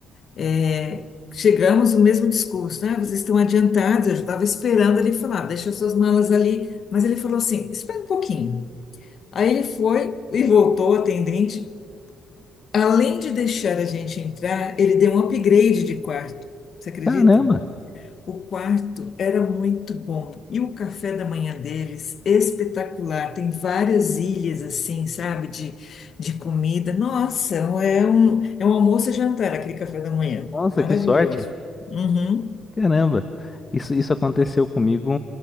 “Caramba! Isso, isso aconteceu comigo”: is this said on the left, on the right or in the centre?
Left